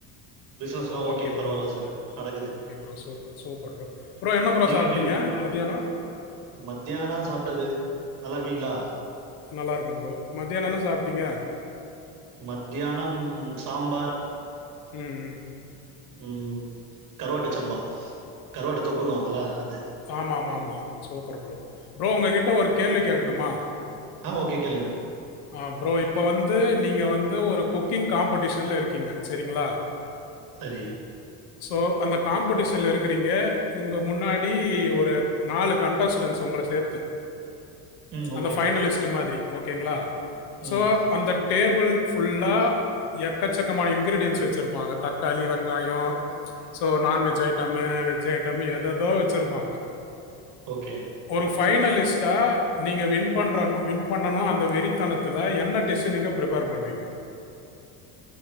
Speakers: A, on the right; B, on the left.
A: பிசினஸ்லா
B: ஓகே ப்ரோ
A: பரவால்ல
B: ஓகே ப்ரோ
A: சார் நடக்குது
B: okay bro super super bro bro என்ன ப்ரோ
A: நீங்க
B: சாப்ட்டீங்க
A: எப்டி இருக்கீ
B: மதியானோ
A: மத்தியானோ சாப்ட்டது நல்லாருக்கீங்ளா
B: நல்லாருக்கே ப்ரோ மத்தியானோ என்ன சாப்ட்டீங்க
A: மத்தியானம் சம்பார்
B: ம் ம்
A: ம் கருவாட்டு சம்பா கருவாட்டு தொக்குனுவாங்களா அது
B: ஆம்மாமாம்மா சூப்பர் ப்ரோ ப்ரோ உங்ககிட்ட ஒரு கேள்வி கேக்கட்டுமா
A: ஆ ஓகே கேளுங்க
B: ஆ ப்ரோ இப்போ வந்து நீங்க வந்து ஒரு குக்கிங் காம்படிஷன்ல இருக்கீங்க சரிங்களா
A: சரி
B: சோ அந்த காம்படிஷன்ல இருக்கறீங்க உங்க முன்னாடி ஒரு நாலு கண் டஸ்டன்ஸ் உங்கள சேத்து
A: ம்
B: அந்த
A: ஓகே.
B: பைனலிஸ்ட் மாதிரி ஓகேங்ளா சோ
A: ம்
B: அந்த டேபுள் ஃபுல்லா எக்கச்சக்கமான இன்க்ரீடியன்ஸ் வெச்சுருப்பாங்க தக்காளி வெங்காயோ so non veg item veg item ஏதேதோ வெச்சிருப்பாங்க
A: ஓகே
B: ஒரு பைனலிஸ்டா நீங்க வின் பண்றனு வின் பண்ணணு அந்த வெறித்தனத் துல என்ன டிஷ்ஸு நீங்க ப்ரிப்பேர் பண்ணுவீங்கோ